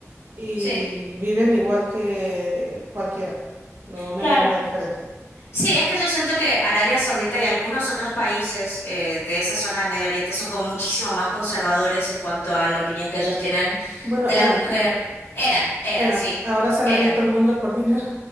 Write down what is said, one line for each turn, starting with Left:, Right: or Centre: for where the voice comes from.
Right: y
Left: Sí.
Right: viven igual que cualquiera. No, no
Left: Claro.
Right: hay ninguna diferencia.
Left: Sí, es que yo siento que Arabia Saudita y algunos otros países eh, de esa zona de Medio Oriente son como muchísimo más conservadores en cuanto a la opinión que ellos tienen
Right: Bueno,
Left: de
Right: eran,
Left: la mujer. Eran, eran,
Right: eran.
Left: sí,
Right: Ahora se
Left: eran.
Right: han abierto el mundo por dinero.